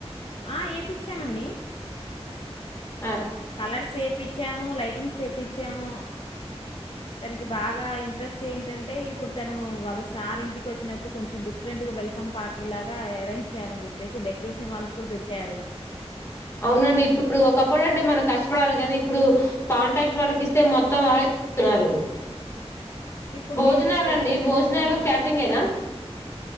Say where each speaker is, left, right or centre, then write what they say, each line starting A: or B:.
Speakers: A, on the left (about 55°); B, on the left (about 25°).
A: ఆ ఏపిచ్చామండీ
B: ఆ
A: కలర్స్ ఏపిచ్చామూ లైటింగ్స్ పెట్టించామూ తనకి బాగా ఇంట్రెస్ట్ ఏంటంటే ఇప్పుడు తను వాళ్ళ సార్ ఇంటికి వచ్చినప్పుడు కొంచెం డిఫరెంట్ గా వెల్కమ్ పార్టీ లాగా అరేంజ్ చేయాలని చెప్పేసి డెకరేషన్ వాళ్ళకు కూడా పెట్టారూ
B: అవునండి ఇప్పుడు ఒకప్పుడు అంటే మనం కష్టపడాలి కానీ ఇప్పుడు కాంటాక్ట్ వాళ్ళకి ఇస్తే మొత్తం వాళ్ళే చేస్తున్నారు
A: ఇప్పుడు
B: భోజనాలండీ
A: వీళ్ళది స్పెషల్ ఏంటంటేనండి
B: భోజనాలు క్యాటరింగేనా